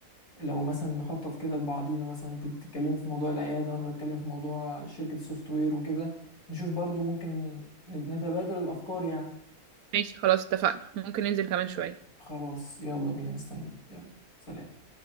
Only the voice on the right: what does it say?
ماشي خلاص اتفقنا ممكن ننزل كمان شوية